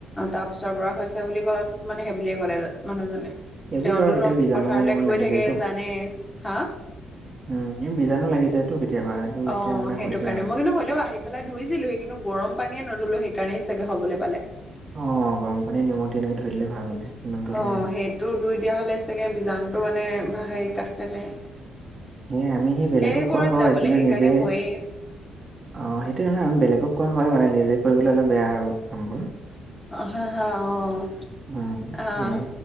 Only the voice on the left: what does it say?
তাৰ পিছৰ পৰা হৈছে বুলি ক'লত মানে সেইবুলিয়ে ক'লে মানুহজনে।
তেওঁতো
ধৰক
পথাৰলৈ
গৈ থাকে
জানে, হা
অ',
সেইটো
কাৰণে
মই কিন্তু হ'লেও আহি পেলাই ধুইছিলো হি কিন্তু, গৰম পানীয়ে নধলো সেইকাৰণেই চাগে হব পালে।
অ', সেইটো ধুই দিয়া হ'লে চাগে বীজাণুটো মানে হেৰি কাত খাই যায়।
সেইবোৰত
যাবলৈ
সেইকাৰণে
ভয়েই
হা, হা, অ',
অ'।